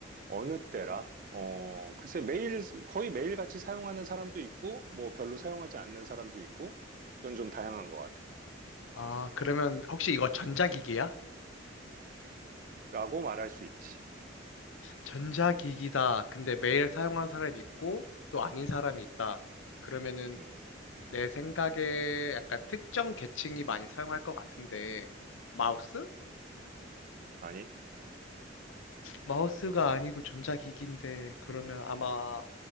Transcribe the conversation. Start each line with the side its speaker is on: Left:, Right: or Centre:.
Right: 어느 때라 어 글쎄 매일 쓰- 거의 매일 같이 사용하는 사람도 있고 뭐 별로 사용하지 않는 사람도 있고 그건 좀 다양한 것
Left: 아, 그러면 혹시 이거 전자기기야?
Right: 같아라고 말할 수 있지.
Left: 전자기기다. 근데 매일 사용하는 사람이 있고 또 아닌 사람이 있다. 그러면은
Right: 음
Left: 내 생각에 약간 특정 계층이 많이 사용할 것 같은데 마우스?
Right: 아니
Left: 마우스가 아니고 전자기기인데 그러면 아마